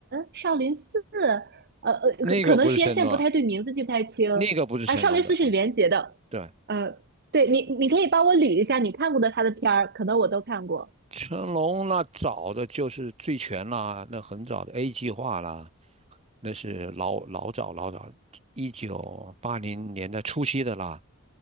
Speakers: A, on the right (about 50°); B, on the right (about 30°).
A: 《少林寺》，呃呃，
B: 那个不是成龙，
A: 可可能时间线不太对，名字记不太清。
B: 那个不是成龙的，
A: 啊，《少林寺》是李连杰的。
B: 嗯，对，
A: 嗯。对你，你可以帮我捋一下你看过的他的片儿，可能我都看过。
B: 成龙那早的就是《醉拳》啦，那很早的 A 计划啦，那是老老早老早，一九八零年代初期的啦。